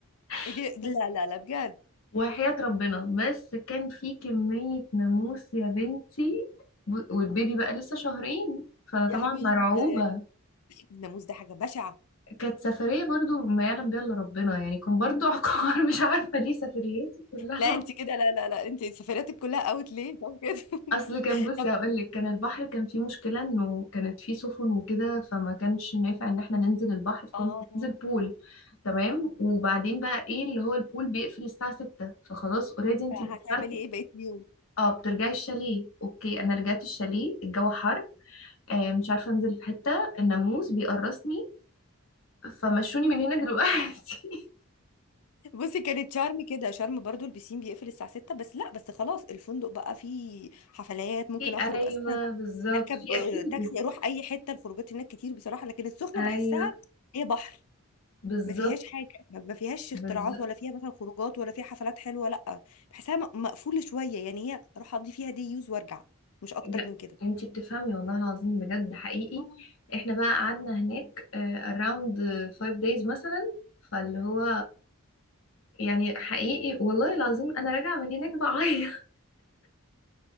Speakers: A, on the left (about 65°); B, on the left (about 80°).
A: <laughs>
B: إيه
A: بس
B: دي لا لا لا بجد
A: وحياة ربنا بس كان في كمية ناموس يا بنتي ب- والبيبي بقى لسه شهرين فطبعا
B: يا حبيبي
A: مرعوبة
B: ده الناموس ده حاجة بشعة
A: كانت سفرية برضو ما يعلم بيها إلا ربنا يعني كان برضو عقار <laughs> مش عارفة ليه سفرياتي كلها
B: لا انت كده لا لا لا انت سفرياتك كلها اوت ليه طب كده
A: أصل
B: <laughs>
A: كان بصي
B: طب
A: هقولك كان البحر كان فيه مشكلة إنه كانت فيه سفن وكده فما كانش نافع إن احنا ننزل البحر فكنا
B: اه
A: بننزل بول تمام وبعدين بقى إيه اللي هو البول بيقفل الساعة ستة فخلاص اوريدي انتي من
B: هتعملي
A: الساعة
B: ايه بقيت اليوم
A: اه بترجعي الشاليه اوكي انا رجعت الشاليه الجو حر آه مش عارفه انزل في حته الناموس بيقرصني فمشوني من هنا دلوقتي
B: بصي كانت شرم كده شرم برضو البسين بيقفل الساعة 6 بس لا بس خلاص الفندق بقى فيه حفلات
A: <laughs>
B: ممكن
A: في
B: اخرج
A: ايوه
B: اساسا
A: بالظبط
B: اركب
A: في
B: آه،
A: اكتيفيتيز
B: تاكسي اروح اي حتة الخروجات هناك كتير بصراحة لكن السخنة
A: ايوه
B: بحسها هي بحر
A: بالظبط
B: ما فيهاش حاجه ما ما فيهاش اختراعات
A: بالظبط
B: ولا فيها مثلا خروجات ولا فيها حفلات حلوه لا بحسها م- مقفوله شويه يعني هي اروح اقضي فيها دي يوز وارجع مش اكتر
A: جا-
B: من كده
A: انتي بتفهمي والله العظيم بجد حقيقي
B: آه،
A: احنا بقى قعدنا هناك اراوند 5 دايز مثلا فاللي هو يعني حقيقي والله العظيم انا راجعه من هناك بعيط